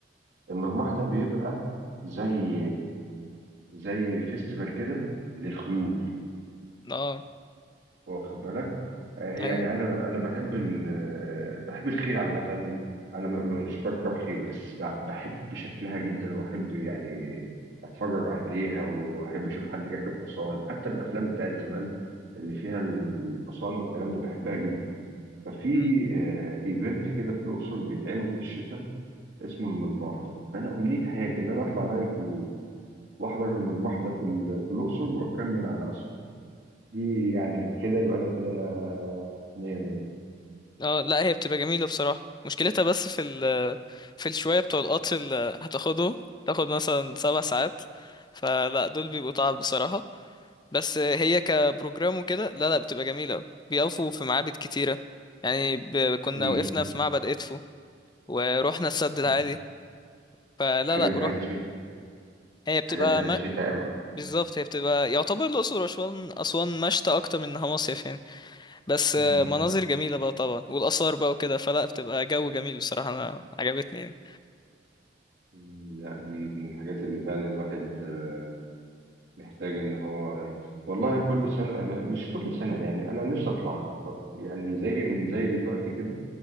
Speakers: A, on the right (about 75°); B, on the left (about 25°).
A: المرماح ده بيبقى زي زي فيستيفال كده للخيول
B: اه
A: واخد بالك آه، يعني
B: ايوه
A: انا انا بحب ال آه، بحب الخيل عامه انا م- م- مش بركب خيل بس ب- بحب شكلها جدا واحب يعني اتفرج عليها واحب اشوف حد راكب حصان حتى الافلام بتاعت زمان اللي فيها الحصان والكلام ده بحبها جدا ففي
B: مم.
A: آه، ايفنت كده في الاقصر بيتعمل في الشتاء اسمه المجموح ده فانا امنيه حياتي ان انا اطلع نايل كروز واحضر المجموح ده في ال- في الاقصر واكمل على اسوان دي يعني كده يبقى انا كده مية مية
B: اه لا هي بتبقى جميلة بصراحة مشكلتها بس في ال... في الشوية بتوع القطر اللي هتاخده تاخد مثلا سبع ساعات فلا دول بيبقوا تعب بصراحة بس هي كبروجرام وكده لا لا بتبقى جميلة أوي. بيقفوا في معابد كتيرة يعني ب... كنا
A: امم
B: وقفنا في معبد إدفو ورحنا السد العالي
A: خلاص.
B: فلا
A: الحاجات
B: لا
A: دي
B: روح
A: عايزة شتاء
B: هي بتبقى
A: الحاجات دي عايزة
B: ما...
A: شتاء قوي
B: بالظبط هي بتبقى يعتبر الأقصر وأسوان أسوان مشتى أكتر من إنها مصيف يعني بس
A: امم
B: مناظر جميلة بقى طبعا والآثار بقى وكده فلا بتبقى جو جميل بصراحة أنا عجبتني يعني.
A: أمم، لا دي من الحاجات اللي فعلا الواحد آه، محتاج ان هو والله كل سنة م- مش كل سنة يعني انا نفسي اطلعها طب يعني زي من زي دلوقتي كده